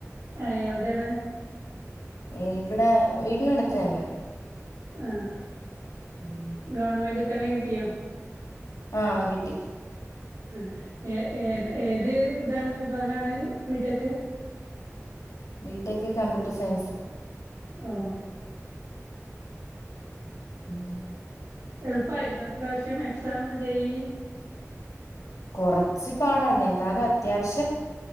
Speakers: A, on the right; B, on the left.
A: ഏഹ് എവിടേണ്?
B: ഉം ഇവിടെ വീട്ടിനടുത്ത് തന്നെ
A: ആഹ്
B: ഉം
A: ഗവൺമെന്റി തന്നെ കിട്ടിയോ?
B: ആഹ് കിട്ടി
A: ആ ഏ ഏ ഏത് ഇതാണ് വിഭാഗാണ് ബീട്ടെക്ക്?
B: ബീ ട്ടെ ക്ക് കമ്പ്യൂട്ടർ സയൻസ്
A: ആഹ്
B: ഉം
A: എളുപ്പായിരുന്നോ ഇപ്പ്രാവിശ്യം എക്സാമ് ജയി
B: കൊറച്ച് പാടായിരുന്നു എന്നാലും അത്യാവിശ്യം